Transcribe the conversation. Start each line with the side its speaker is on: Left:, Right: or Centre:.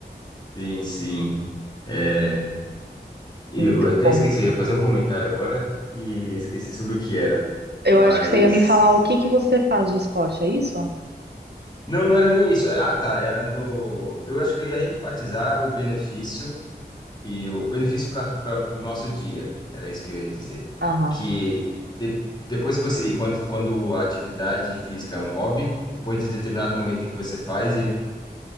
Left: sim, sim. É, eu
Right: Muito
Left: até
Right: bom.
Left: esqueci, eu ia fazer um comentário agora e esqueci sobre o que era,
Right: Eu
Left: mas
Right: acho que você ia me falar o que que você faz de esporte, é isso?
Left: Não, não era nem isso. É, Ah, tá. Era no. Eu acho que eu ia enfatizar o benefício e o benefício para o nosso dia. Era isso que eu ia dizer.
Right: Aham,
Left: Que de- depois que você. E quando, quando a atividade física é um hobby, depois de determinado momento em que você faz, ele